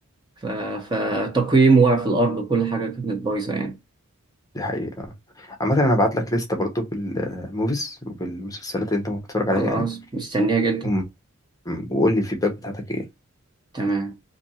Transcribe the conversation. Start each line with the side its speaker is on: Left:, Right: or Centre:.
Right: ف- فتقييمه وقع في الارض وكل حاجه كانت بايظه يعني
Left: دي حقيقة عامة أنا هبعت لك لستة برضو بالموفيز وبالمسلسلات اللي أنت ممكن تتفرج عليها
Right: خلاص
Left: يعني
Right: مستنيه جدا
Left: وم- وقول لي الفيدباك بتاعتك إيه
Right: تمام